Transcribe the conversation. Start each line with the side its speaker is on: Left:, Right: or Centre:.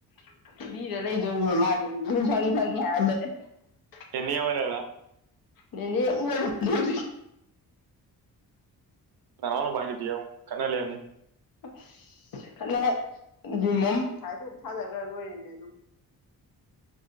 Left: <unintelligible> ꯍꯥꯏꯝꯕꯅꯦ
Right: ꯑꯦꯃꯦ ꯑꯣꯏꯔꯒ
Left: ꯅꯦꯅꯦ <unintelligible>
Right: ꯅꯅꯥꯎ ꯅꯨꯄꯥꯏ ꯅꯨꯄꯤꯒ ꯑꯃꯨꯛ ꯈꯠꯅ ꯂꯩꯔꯝꯅꯤ
Left: ꯑꯁ ꯈꯠꯅ ꯌꯨꯝ ꯑꯃ ꯏꯁꯥꯏꯗꯣꯛ ꯁꯥꯖꯈ꯭ꯔ ꯂꯣꯏꯔꯦꯅꯦ ꯑꯗꯨꯝ